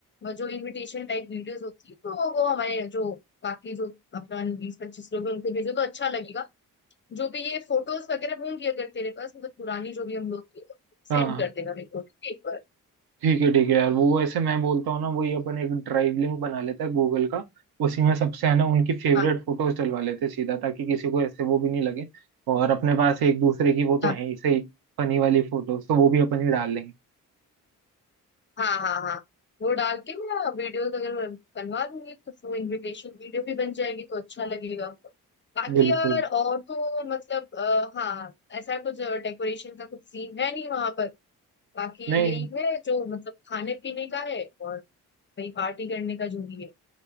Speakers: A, on the left; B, on the right.
A: और जो इनविटेशन टाइप वीडियोस होती है तो वो हमारे जो बाकी जो अपना बीस पच्चीस लोग हैं उनको भेजो तो अच्छा लगेगा जो भी ये फोटोज वगैरह होंगी अगर तेरे पास मतलब पुरानी जो भी हम लोग की
B: हाँ
A: सेंड कर देना मेरे को ठीक है एक बार
B: ठीक है ठीक है यार वो ऐसे मैं बोलता हूँ ना वही अपन एक ड्राइव लिंक बना लेता है गूगल का उसी में सबसे है ना उनकी फेवरेट
A: हाँ
B: फोटोज डलवा लेते हैं सीधा ताकि किसी को ऐसे वो भी नहीं लगे और अपने पास एक दूसरे की वो तो
A: हाँ
B: है ही सही फनी वाली फोटोज तो वो भी अपन ही डाल लेंगे
A: हाँ हाँ हाँ वो डाल के मैं वीडियोस अगर मैं बनवा दूंगी तो वो इनविटेशन वीडियो भी बन जाएगी तो अच्छा लगेगा बाकी
B: बिल्कुल
A: यार और तो मतलब आ, हाँ ऐसा कुछ डेकोरेशन का कुछ सीन है नहीं वहां पर बाकी यही
B: नहीं
A: है जो मतलब खाने पीने का है और वही पार्टी करने का जो भी है